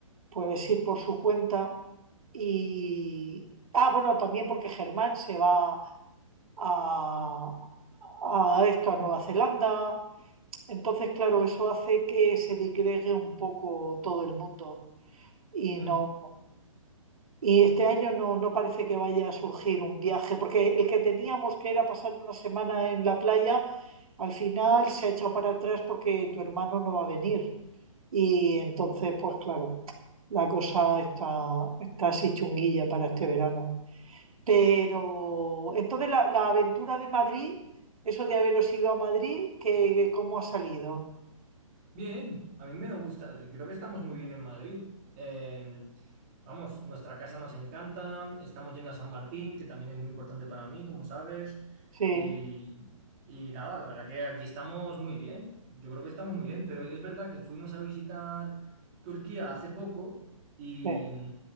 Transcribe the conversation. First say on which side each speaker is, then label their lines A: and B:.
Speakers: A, on the right; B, on the right.
A: pues ir por su cuenta y... Ah, bueno, también porque Germán se va a, a esto, a Nueva Zelanda. Entonces, claro, eso hace que se digregue un poco todo el mundo y
B: mm.
A: no... Y este año no, no parece que vaya a surgir un viaje, porque el que teníamos que era pasar una semana en la playa, al final se ha echado para atrás porque tu hermano no va a venir. Y entonces, pues claro, la cosa está, está así chunguilla para este verano. Pero entonces la, la aventura de Madrid, eso de haberos ido a Madrid, que, ¿cómo ha salido?
B: Bien, a mí me gusta. Creo que estamos muy bien en Madrid. Eh, vamos, nuestra casa nos encanta. Estamos yendo a San Martín, que también es muy importante para mí, como sabes.
A: Sí,
B: Y, y nada, la verdad que aquí estamos muy bien. Yo creo que estamos muy bien, pero es verdad que fuimos a visitar Turquía hace poco y,
A: sí,